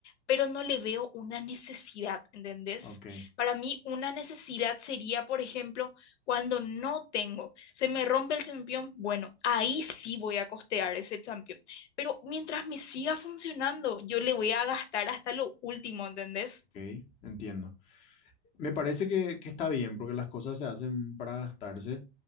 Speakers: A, on the left (about 85°); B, on the left (about 20°).
A: pero no le veo una necesidad, ¿entendés?
B: Ok,
A: Para mí una necesidad sería, por ejemplo, cuando no tengo, se me rompe el champión, bueno, ahí sí voy a costear ese champión, pero mientras me siga funcionando, yo le voy a gastar hasta lo último, ¿entendés?
B: ok, entiendo. Me parece que, que está bien porque las cosas se hacen para gastarse.